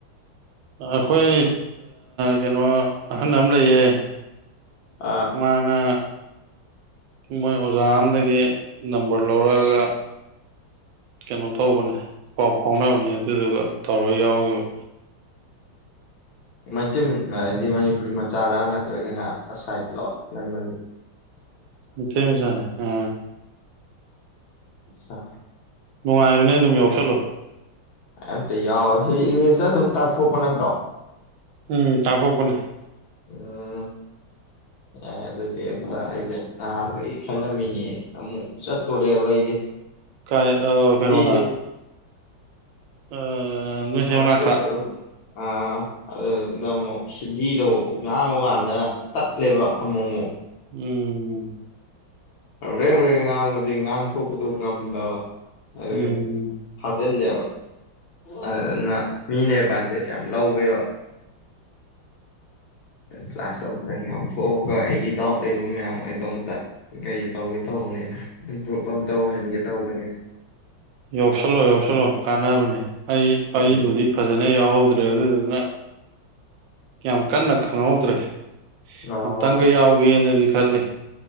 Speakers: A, on the right (about 70°); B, on the left (about 75°).
A: ꯑꯩꯈꯣꯏ ꯀꯩꯅꯣ ꯑꯍꯟ ꯑꯃ ꯂꯩꯌꯦ
B: ꯑ
A: ꯃꯥꯅ ꯃꯣꯏ ꯑꯣꯖꯥ ꯑꯝꯗꯒꯤ ꯅꯝꯕꯔ ꯂꯧꯔꯛꯑꯒ ꯀꯩꯅꯣ ꯇꯧꯕꯅꯦ ꯄꯥꯎ ꯐꯥꯎꯅꯕꯅꯦ ꯑꯗꯨꯗꯨꯒ ꯇꯧꯔ ꯌꯥꯎꯈꯤꯕ
B: ꯃ ꯏꯗꯤ ꯃꯅꯤꯄꯨꯔꯤ ꯃ ꯆꯥꯔꯥ ꯅ ꯅꯠꯇ꯭ꯔꯒꯅ ꯑꯁꯥꯏꯠ ꯂꯣ ꯅꯟꯕꯅꯤ
A: ꯃꯊꯦꯁꯥꯔꯦ ꯑ
B: ꯆꯥ
A: ꯅꯨꯡꯉꯥꯏꯕꯅꯦ ꯑꯗꯨꯝ ꯌꯥꯎꯁꯜꯂꯨ
B: ꯑꯝꯇ ꯌꯥꯎꯋ ꯍ ꯏꯪꯂꯤꯁꯇ ꯑꯗꯨꯝ ꯇꯥꯛꯊꯣꯛꯄ ꯅꯠꯇ꯭ꯔꯣ
A: ꯎꯝ ꯇꯥꯍꯧꯕꯅꯦ
B: ꯎꯝ ꯌꯥ ꯑꯗꯨꯗꯤ ꯑꯝꯇ ꯑꯩꯁꯦ ꯅꯍꯥꯟꯗꯒꯤ ꯈꯜꯂꯝꯃꯤꯅꯦ ꯑꯃꯨꯛ ꯆꯠꯇꯣꯔꯦꯕ ꯑꯩꯁꯦ
A: ꯀ ꯑ
B: ꯍꯤꯟꯗꯤꯁꯦ
A: ꯀꯩꯅꯩꯅꯣꯗ ꯑ ꯅꯁꯤꯕꯅꯥ
B: ꯁꯥꯏꯕꯣꯝꯗ
A: ꯀ
B: ꯆꯠꯂꯨ ꯑ ꯑꯗꯨꯗꯨꯗ ꯑꯃꯨꯛ ꯁꯤꯚꯤꯗꯣ ꯉꯥꯡꯕꯀꯥꯟꯗ ꯇꯠꯂꯦꯕ ꯑꯃꯨꯛ ꯑꯃꯨꯛ
A: ꯎꯝ
B: ꯔꯦꯡ ꯔꯦꯡ ꯉꯥꯡ ꯃꯦ ꯉꯥꯡ ꯊꯣꯛꯄꯗꯨꯣ ꯉꯝꯗꯕ ꯑꯗꯨꯒ
A: ꯎꯝ
B: ꯊꯥꯖꯤꯜꯂꯦꯕ ꯑꯗꯨꯅ ꯃꯤꯅ ꯑꯦꯗꯚꯥꯟꯇꯦꯖ ꯌꯥꯝ ꯂꯧꯋꯦꯕ ꯀ꯭ꯂꯥꯁ ꯑꯝꯇꯪ ꯌꯥꯎꯊꯣꯛꯑꯒ ꯑꯩꯒꯤ ꯗꯥꯎꯠ ꯂꯩꯕ ꯃꯌꯥꯝ ꯑꯩꯗꯣ ꯑ ꯑꯃꯇ ꯀꯔꯤ ꯇꯧꯒꯦ ꯇꯧꯕꯅꯤꯗ ꯏꯝꯄ꯭ꯔꯨꯞꯚ ꯑꯇꯧ ꯑꯣꯏꯍꯟꯒꯦ ꯇꯧꯕꯅꯤꯗ
A: ꯌꯧꯁꯜꯂꯣ ꯌꯧꯁꯜꯂꯣ ꯀꯥꯟꯅꯕꯅꯦ ꯑꯩ
B: ꯎꯝ
A: ꯑꯩꯕꯨꯗꯤ ꯐꯖꯅ ꯌꯥꯎꯍꯧ ꯗ꯭ꯔꯦ ꯑꯗꯨꯗꯨꯅ ꯌꯥꯝ ꯀꯟꯅ ꯈꯪꯍꯧꯗ꯭ꯔꯦ
B: ꯑꯣ
A: ꯑꯝ ꯇꯪꯒ ꯌꯥꯎꯒꯦꯅꯗꯤ ꯈꯜꯂꯤ